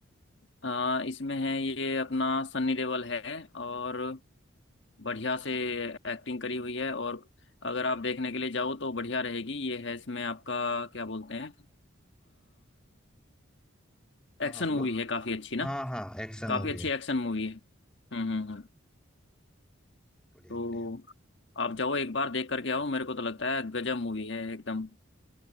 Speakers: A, on the left; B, in the centre.
A: अ, इसमें है ये अपना सन्नी देओल है और बढ़िया से एक्टिंग करी हुई है और अगर आप देखने के लिए जाओ तो बढ़िया रहेगी ये है इसमें आपका क्या बोलते हैं
B: हाँ
A: एक्शन
B: हाँ बोलो
A: मूवी है काफ़ी अच्छी ना
B: हाँ हाँ एक्शन
A: काफ़ी
B: मूवी
A: अच्छी
B: है
A: एक्शन मूवी है हम्म हम्म हम्म
B: बढ़िया
A: तो
B: बढ़िया
A: आप जाओ एक बार देख करके आओ मेरे को तो लगता है गजब मूवी है एकदम